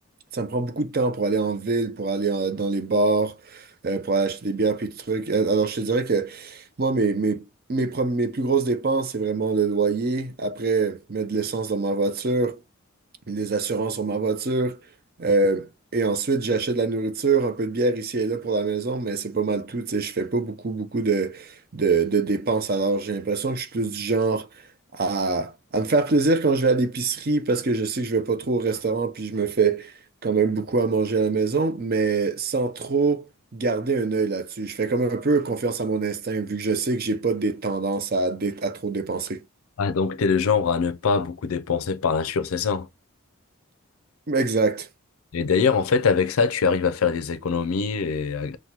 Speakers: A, on the right; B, on the left.
A: Ça me prend beaucoup de temps pour aller en ville, pour aller en- dans les bars, euh, pour aller acheter des bières puis des trucs. Euh, Alors, je te dirais que moi, mes, mes, mes, prom- mes plus grosses dépenses, c'est vraiment le loyer. Après, mettre de l'essence dans ma voiture, les assurances sur ma voiture. Euh, et ensuite, j'achète de la nourriture, un peu de bière ici et là pour la maison, mais c'est pas mal tout. Tu sais, je fais pas beaucoup, beaucoup de, de, de dépenses. Alors, j'ai l'impression que je suis plus du genre à, à me faire plaisir quand je vais à l'épicerie parce que je sais que je vais pas trop au restaurant, puis je me fais quand même beaucoup à manger à la maison, mais sans trop garder un œil là-dessus. Je fais comme un peu confiance à mon instinct, vu que je sais que j'ai pas des tendances à, dé- à trop dépenser.
B: Ah, donc t'es le genre à ne pas beaucoup dépenser par nature, c'est ça?
A: <laughs> Exact.
B: Et d'ailleurs, en fait, avec ça, tu arrives à faire des économies et à,